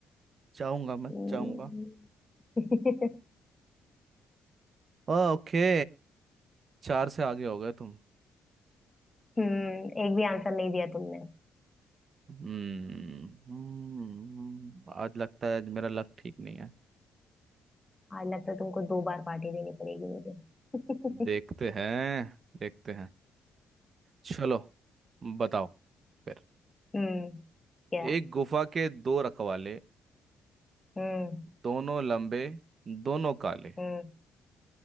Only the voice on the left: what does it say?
हम्म
<laughs>
हम्म, एक भी आंसर नहीं दिया तुमने
आज लगता है तुमको दो बार पार्टी देनी पड़ेगी मुझे
<laughs>
हम्म क्या
हम्म
हम्म